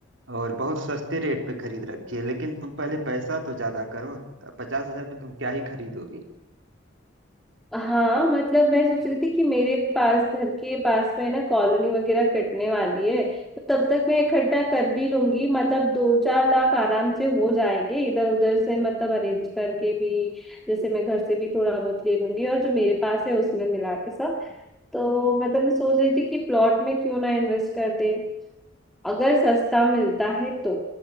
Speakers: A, on the right; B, in the centre.
A: और बहुत सस्ते रेट पे खरीद रखी है लेकिन तुम पहले पैसा तो ज्यादा करो पचास हजार में तुम क्या ही खरीदोगे
B: हाँ मतलब मैं सोच रही थी कि मेरे पास घर के पास में ना कॉलोनी वगैरह कटने वाली है तो तब तक मैं इकट्ठा कर भी लूंगी मतलब दो चार लाख आराम से हो जाएंगे इधर उधर से मतलब अरेंज करके भी जैसे मैं घर से भी थोड़ा बहुत ले लूंगी और जो मेरे पास है उसमें मिला के सब तो मतलब मैं सोच रही थी कि प्लॉट में क्यों ना इन्वेस्ट कर दे अगर सस्ता मिलता है तो